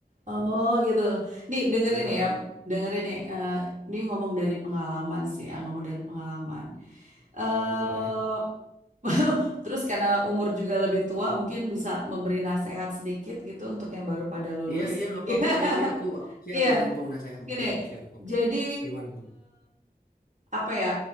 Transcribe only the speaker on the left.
Iya,
iya boleh.
Iya, iya nggak apa-apa
Kak Yuli, aku aku siap
menampung nasihat.
Siap, siap. Oke.
Gimana?